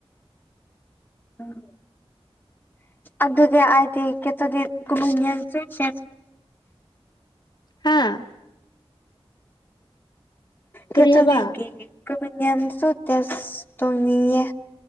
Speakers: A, on the left; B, on the left.
A: <unintelligible> ꯑꯗꯨꯗꯤ ꯑꯗꯤ ꯀꯦꯇꯣꯗꯤ ꯀꯁꯦ
B: ꯍꯥꯥ ꯀꯔꯤ
A: ꯀꯦꯊꯣꯂꯤꯒꯤ
B: ꯍꯥꯏꯕ
A: ꯀ꯭ꯔꯤꯅꯦꯟꯁꯨ ꯇꯦꯁ ꯇꯣꯡꯅꯤꯡꯉꯦ